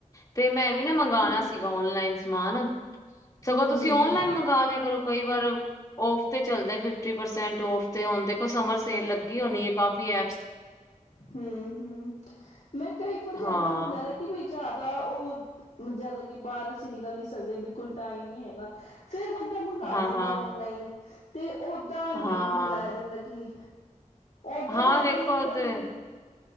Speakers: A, on the left; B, on the left.
A: ਤੇ ਮੈਂ ਵੀ ਨਾ ਮੰਗਵਾਉਣਾ
B: ਹਮ
A: ਸੀਗਾ ਓਨਲਾਈਨ ਸਮਾਨ ਸਗੋਂ
B: ਹਮ
A: ਤੁਸੀਂ ਓਨਲਾਈਨ ਮੰਗਵਾ ਲਿਆ ਕਰੋ ਕਈ ਵਾਰ ਔਫ ਤੇ ਚੱਲਦੇ ਫਿਰ ਫਿਫਟੀ ਪਰਸੈਂਟ ਔਫ ਤੇ ਹੋਣ ਦੇਖੋ ਸਮਰ ਸੇਲ ਲੱਗੀ ਹੋਣੀ ਹੈ ਕਾਫੀ ਐ
B: ਹਮ ਹਮ ਮੈਂ ਕਈ ਵਾਰ ਜਿੱਦਾਂ
A: ਹਾਂ
B: ਹੁੰਦਾ ਨਾ ਕਿ ਬ ਜ਼ ਉਹ ਜ਼ਿਆਦਾ ਕਿ ਬਾਹਰ ਅਸੀਂ ਨਿਕਲ ਨੀ ਸਕਦੇ ਬਿਲਕੁਲ ਟਾਈਮ ਨਹੀਂੀ ਹੈਗਾ ਫੇਿਰ ਬੰਦਾ ਮੰਗਵਾ
A: ਹਾਂ
B: ਲੈਂਦਾ
A: ਹਾਂ
B: ਔਨਲਾਈਨ ਅਤੇ ਓਦਾਂ ਨਹੀਂੀ
A: ਹਾਂ
B: ਮੰਗਵਾਇਆ ਜਾਂਦਾ ਕਿ ਓਦਾਂ
A: ਹਾਂ
B: ਦੇ ਇੱਦਾਂ
A: ਵੇਖੋ
B: ਹੀ
A: ਉਹ
B: ਕਦੀ
A: ਤੇ